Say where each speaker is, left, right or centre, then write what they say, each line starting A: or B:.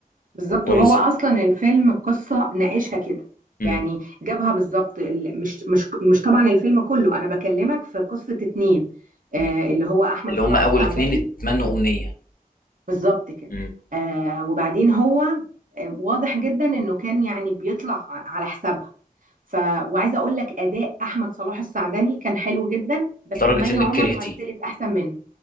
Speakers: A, on the right; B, on the left.
A: بالظبط
B: وكويس
A: وهو اصلا الفيلم القصه ناقشها كده
B: مم.
A: يعني جابها بالظبط ال- مش مش مش طبعا الفيلم كله انا بكلمك في قصه اتنين آه
B: مم.
A: اللي هو احمد
B: اللي
A: صلاح
B: هم اول
A: السعدني
B: اتنين اتمنوا امنيه
A: بالظبط كده
B: مم.
A: آه وبعدين هو آه واضح جدا انه كان يعني بيطلع على حسابها ف وعايزه اقول لك اداء احمد صلاح السعدني كان حلو جدا بس
B: لدرجه
A: مي
B: انك
A: عمر
B: كرهتيه
A: مثلت احسن منه